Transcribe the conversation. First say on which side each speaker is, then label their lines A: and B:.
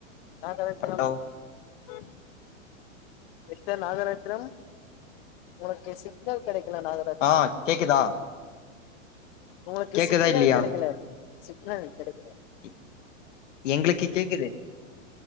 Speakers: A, on the left; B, on the left.
A: Nagarathinam.
B: Hello
A: <unintelligible> mister Nagarathinam. உனக்கு சிக்னல். ல்ல நாகரத்தினம்.
B: ஆ கேக்குதா
A: உங்களுக்கு
B: கேக்குதா
A: சிக்னல்
B: இல்லையா
A: கெடைக்கல. சிக்னல் கெடைக்கல.
B: எ- எங்களுக்கு கேக்குது.